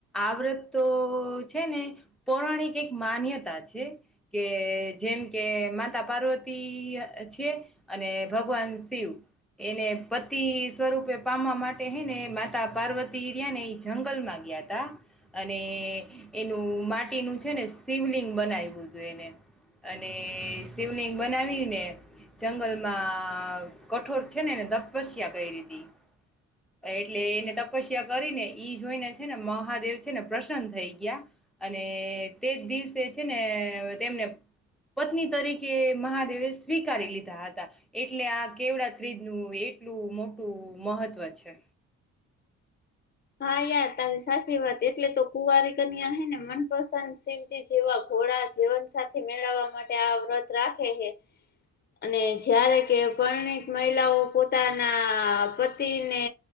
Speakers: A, in the centre; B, on the left (about 35°).
A: આવૃત તો છે ને પૌરાણિક એક માન્યતા છે. કે જેમ કે માતા પાર્વતી છે અને ભગવાન શિવ. એને પતિ સ્વરૂપે પામવા માટે હે ને માતા પાર્વતીરિયા ને ઈછ. જંગલમાં ગયા ત અને એનું માટીનું છે ને શિવલિંગ બનાવ્યું. એને અને શિવલિંગ બનાવીને. જંગલમાં કઠોર છે ને એને તપસ્યા કરી લીધી. એટલે એને તપસ્યા કરીને ઈ જોઈને છે ને મહાદેવ છે ને પ્રસન્ન થઈ ગયા અને તેજ દિવસે છે ને. તેમને. પત્ની તરીકે મહાદેવે સ્વીકારી લીધા હતા એટલે આ કેવડા ત્રીજ નું. એટલું મોટું મહત્ત્વ છે.
B: હા યાર તારી સાચી વાત એટલે તો કુવારી કન્યા હે ને મનપસંદ શિવજી જેવા. થોડા જીવનસાથી મેળવવા માટે આ વ્રત રાખે છે. અને જારે કે પરણિત મહિલાઓ પોતાના પતિને